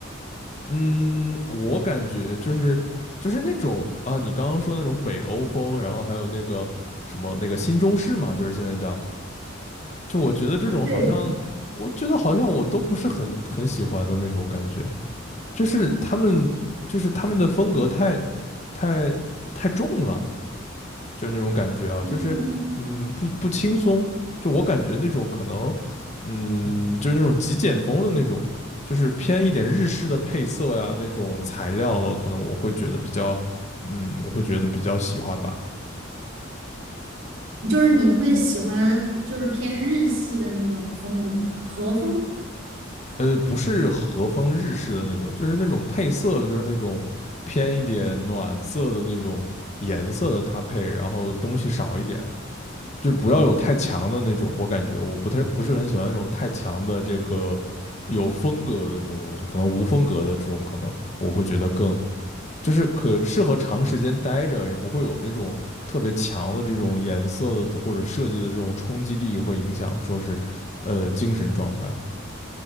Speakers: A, on the left; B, on the right.
A: 嗯，我感觉就是就是那种啊，你刚刚说那种北欧风，然后还有那个什么那个新中式嘛，就是现在叫，就我觉得这种好像，
B: 对，
A: 我觉得好像我都不是很很喜欢的那种感觉，就是他们就是他们的风格太太太重了就是那种感觉啊，
B: 嗯，
A: 就是嗯不不轻松，就我感觉那种可能嗯就是那种极简风的那种，就是偏一点日式的配色呀那种材料的，可能我会觉得比较嗯我会觉得比较喜欢吧。
B: 就是你会喜欢就是偏日系的那种风格吗？和风？
A: 呃，不是和风日式的那种，就是那种配色，就是那种偏一点暖色的那种颜色的搭配，然后东西少一点，就是不要有太强的那种，我感觉我不太不是很喜欢那种太强的这个有风格的这种东西，可能无风格的这种，可能我会觉得更就是可适合长时间待着，也不会有那种特别强的这种颜色的或者设计的这种冲击力，会影响说是呃精神状态。